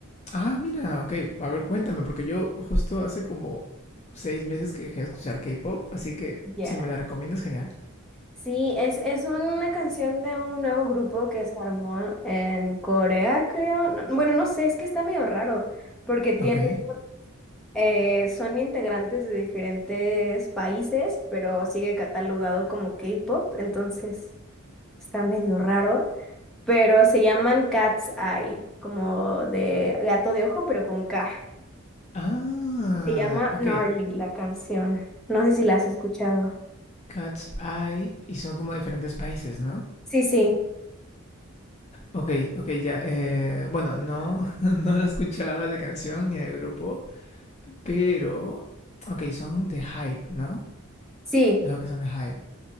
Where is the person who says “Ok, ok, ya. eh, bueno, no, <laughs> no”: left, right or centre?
Left